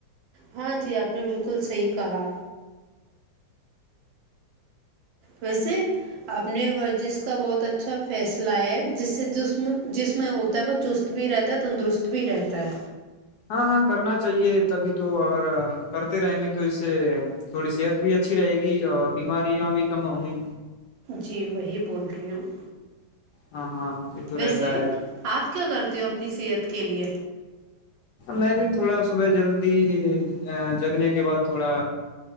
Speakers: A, on the right (about 80°); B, on the left (about 70°).
A: ہاں جی آپ نے بالکل صحیح کہا ویسے آپ نے ور جس کو کا بہت اچھا فیصلہ ہے جس سے جسم جسم ہوتا ہے وہ چست بھی رہتا ہے تندرست بھی رہتا ہے
B: ہاں ہاں کرنا چاہیے تبھی تو اورگر کرتے رہیں گے تو اس سے تھوڑی صحت بھی اچھی رہے گی اور بیماریاں بھی کم ہوں گی
A: جی وہی بول رہی ہوں
B: ہاں ہاں یہ تو
A: ویسے
B: رہتا ہے
A: آپ کیا کرتے ہو اپنی صحت کے لیے
B: میں بھی تھوڑا صبح جلدی جگنے کے بعد تھوڑا